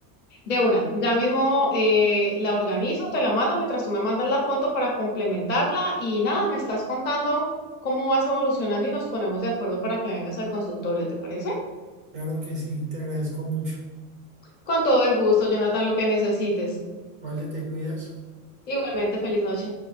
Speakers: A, on the left (about 20°); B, on the right (about 20°).
A: De una, ya mismo eh, la organizo, te la mando mientras tú me mandas la foto para complementarla y nada, me estás contando cómo vas evolucionando y nos ponemos de acuerdo para que vengas al consultorio, ¿te parece?
B: Claro que sí, te agradezco mucho.
A: Con todo el gusto, Jonathan, lo que necesites.
B: Vale, te cuidas.
A: Igualmente, feliz noche.